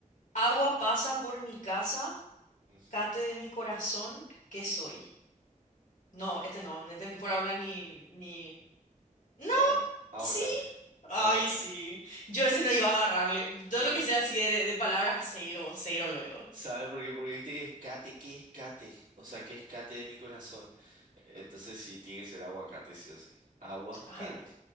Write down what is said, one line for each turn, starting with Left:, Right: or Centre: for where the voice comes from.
Left: Agua pasa por mi casa,
Right: ujú.
Left: cate de mi corazón, ¿qué soy? No, este no, este por habla ni, ni... No,
Right: Aguacate. Aguacate.
Left: sí. Ay,
Right: No, aguacate.
Left: sí. Yo ese no iba a agarrarle.
Right: No.
Left: Todo lo que sea así de, de- de palabras, cero, cero luego.
Right: ¿Sabe por qué? Porque viste que es cate, ¿qué es cate? O sea, ¿qué es cate de mi corazón? Entonces sí, tiene que ser aguacate, sí o sí. Aguacate.
Left: Ay, bu-